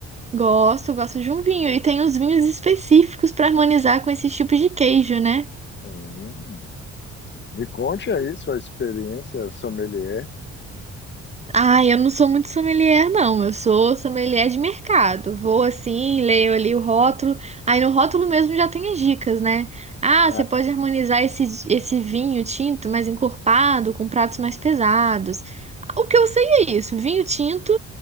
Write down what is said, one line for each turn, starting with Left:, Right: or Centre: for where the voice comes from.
Right: Gosto, gosto de um vinho. E tem os vinhos específicos para harmonizar com esse tipo de queijo, né?
Left: Hum. Me conte aí sua experiência sommelier.
Right: Ah, eu não sou muito sommelier, não. Eu sou sommelier de mercado. Vou assim, leio ali o rótulo. Aí no rótulo mesmo já tem as dicas, né? Ah,
Left: Ah,
Right: você pode harmonizar esse, esse vinho tinto mais encorpado com pratos mais pesados. O que eu sei é isso. Vinho tinto